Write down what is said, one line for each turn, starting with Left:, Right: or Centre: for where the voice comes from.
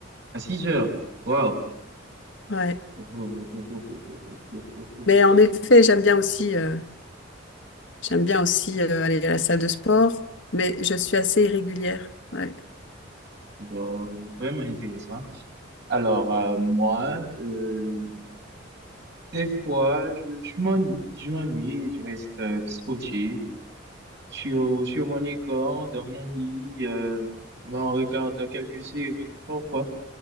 Right: à six heures Waouh.
Left: Ouais.
Right: <laughs>
Left: Mais en effet, j'aime bien aussi, euh, j'aime bien aussi euh, aller à la salle de sport, mais je suis assez irrégulière. Ouais.
Right: Bon, vraiment intéressant. Alors, euh, moi, euh, des fois, je, je m'ennuie, je m'ennuie et je reste euh, scotché sur, sur mon écran, dans mon lit, euh, ben, on regarde quelques séries parfois,